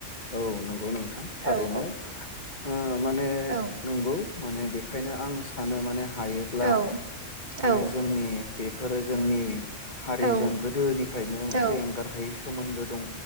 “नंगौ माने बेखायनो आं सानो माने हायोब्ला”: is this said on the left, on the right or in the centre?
Left